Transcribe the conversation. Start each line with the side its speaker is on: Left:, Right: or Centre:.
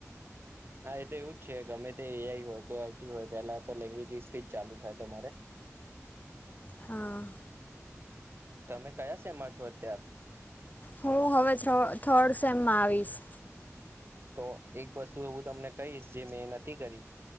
Right: હા એ તો એવું જ છે ગમે તે એઆઈ હોય કે આઈટી હોય પેલા તો લેંગ્વેજ થીજ ચાલુ થાય. તમારે
Left: હા
Right: તમે કયા સેમાં છો અત્ય્યારે?
Left: હું હવે થર્ડ સેમમાં આવીશ.
Right: તો એક વસ્તુ હવું તમને કહીશ જે મેં નથી કરી.